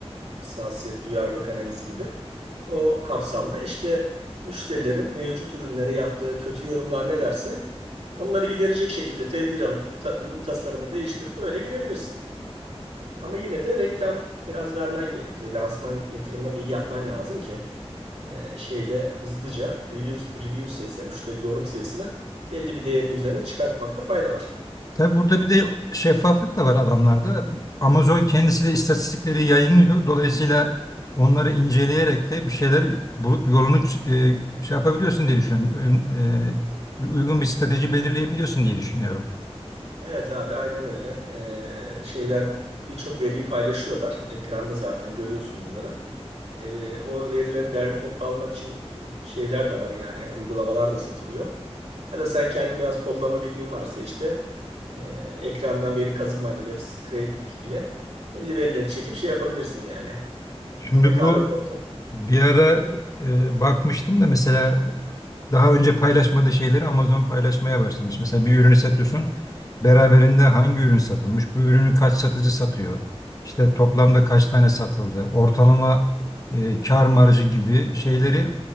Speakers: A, on the right (about 80°); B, on the left (about 35°).
A: hassasiyet duyarlılık analizi gibi. O kapsamda işte müşterilerin mevcut ürünlere yaptığı kötü yorumlar nelerse onları giderecek şekilde tedbir alıp ta- ürün tasarımını değiştirip öyle girebilirsin. Ama yine de reklam biraz vermen gerekiyor. Lansman yatırımlarını iyi yapman lazım ki e, şeyde hızlıca review, review sayısı, yani müşteri yorum sayısını belli bir değerin üzerine çıkartmakta fayda var.
B: Tabi burada bir de şeffaflık da var adamlarda. Amazon kendisi de istatistikleri yayınlıyor. Dolayısıyla onları inceleyerek de bir şeyler bulup yolunu e, şey yapabiliyorsun diye düşünüyorum. Ön- e, uygun bir strateji belirleyebiliyorsun diye düşünüyorum.
A: Evet abi aynen öyle. Ee, şeyler birçok veriyi paylaşıyorlar. Ekranda zaten görüyorsun onları. Ee, o verileri derli toplu almak için şeyler de var yani uygulamalar da satılıyor. Ya da sen kendin biraz kodlama bilgin varsa işte e, ekrandan veri kazıma ile web scraping ile belli verileri çekip şey yapabilirsin yani.
B: Şimdi
A: Rekabet
B: bu
A: ortamı.
B: Bir ara e, bakmıştım da mesela daha önce paylaşmadığı şeyleri Amazon paylaşmaya başlamış. Mesela bir ürünü satıyorsun. Beraberinde hangi ürün satılmış? Bu ürünü kaç satıcı satıyor? İşte toplamda kaç tane satıldı? Ortalama e, kar marjı gibi şeyleri